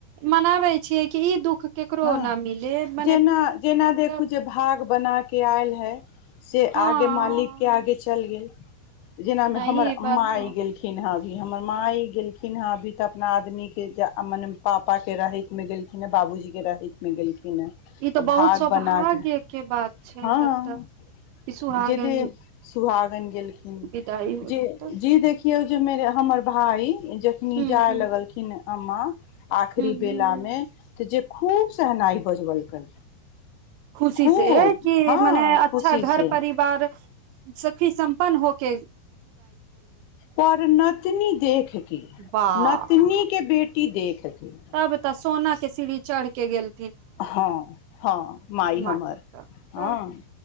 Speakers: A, on the right; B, on the left.
A: मनाबै छियै कि ई दुःख केकरो
B: हँ
A: न मिले मने
B: जेना जेना देखू
A: तऽ
B: जे भाग बना के आयल ह से
A: हँ
B: आगे मालिक के आगे चल गेल जेना मे
A: नहि
B: हमर
A: ई बात
B: माइ
A: तो
B: गेलखिन हेँ अभी हमर माइ गेलखिन हँ अभी तऽ अपना आदमीके मने पापाके रहैतमे गेलखिन हँ बाबूजीके वगैरहै मे गेलखिन हे तऽ
A: ई
B: भाग
A: बहुत सौभाग्य
B: बनाक
A: के बात छै
B: हँ
A: तब तऽ कि सुहागन
B: जेद सुहागन गेलखिन
A: विदाई होल
B: जे
A: तऽ
B: देखियौ जे मे हमर भाई जखनी
A: हूँ
B: जाय
A: हूँ
B: लगलखिन अम्मा आखिरी
A: हूँ
B: बेलामे
A: हूँ
B: तऽ जे खूब सहनाइ बजबलकै
A: खुशी
B: खूब
A: से कि
B: हँ
A: मने अच्छा
B: खुशी
A: घर
B: से
A: परिवार सुखी सम्पन्न हो ख
B: पर नतनी देखके
A: वाह
B: नतनी के बेटी देख के
A: तब त सोनाके सीढ़ी चढ़के गेल
B: हँ हँ माइ
A: माय
B: हमर
A: तब तऽ तऽ
B: हँ